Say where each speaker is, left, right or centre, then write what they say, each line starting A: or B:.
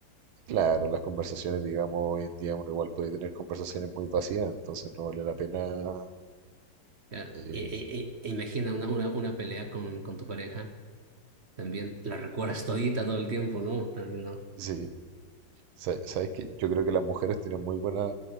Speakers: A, on the right (about 70°); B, on the right (about 40°).
A: claro, las conversaciones, digamos, hoy en día uno igual puede tener conversaciones muy vacías, entonces no vale la pena.
B: Ya,
A: eh,
B: e- e- e- imagina una, una, una pelea con, con tu pareja. También la recuerdas todita todo el tiempo, ¿no? También no.
A: sí, Sa- sabes que yo creo que las mujeres tienen muy buena